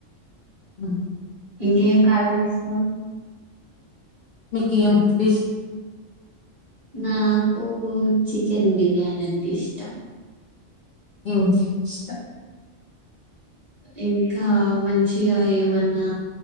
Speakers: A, on the left (about 60°); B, on the right (about 35°).
A: ఆ
B: ఇంకేం కలర్ ఇష్టం
A: మీకు ఏం ఫుడ్ ఇస్ట్
B: నాకు చికెన్ బిర్యానీ అంటే ఇష్టం
A: ఇంకేం ఇష్టం
B: ఇంకా మంచిగా ఏమన్నా